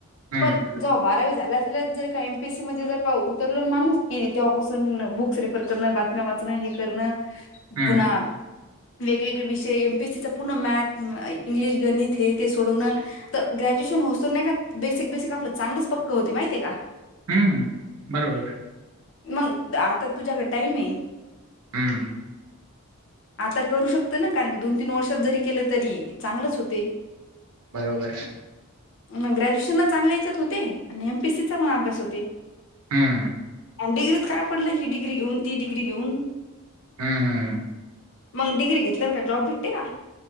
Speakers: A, on the right; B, on the left.
A: हम्म
B: पण जव बारावी झाल्या. जर का एमपीसी मध्ये जर का उतरल माणूस की, तेवपासून बुक्स रेफर करणं. वाचणं हे करणं
A: हम्म
B: पुन्हा वेगवेगळे विषय. तिथं पुनण मॅथ इंग्लिश गणीत हे ते सोडवन. तर ग्रॅज्युएशन होत नाही का बेसिक बेसिक आपलं चांगलंच पक्कं होते माहितीय का.
A: हम्म, बरोबर.
B: मग आता तुझ्याकड टाईम आहे.
A: हम्म,
B: आता करू शकत ना कारण की, दोन तीन वर्षात जरी केलं तरी चांगलंच होते.
A: बरोबर.
B: मग ग्रॅज्युएशन ला चांगल्या याच्यात होते. आणि एमपीएसीचा पण अभ्यास होते.
A: हम्म,
B: आणि डि्रीत काय पडलं ह डिग्री घेऊ ती डिग्री घेऊन.
A: हम हम,
B: मग डिग्री घेतल्या ना का जॉब भेटते का.